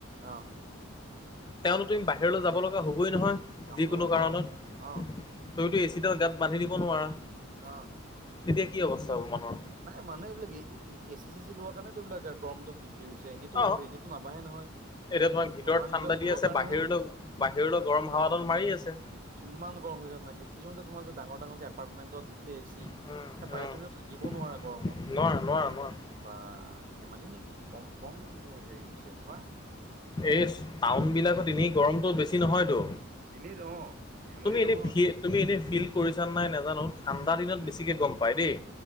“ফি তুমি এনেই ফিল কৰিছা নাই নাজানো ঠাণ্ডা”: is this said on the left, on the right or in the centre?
Left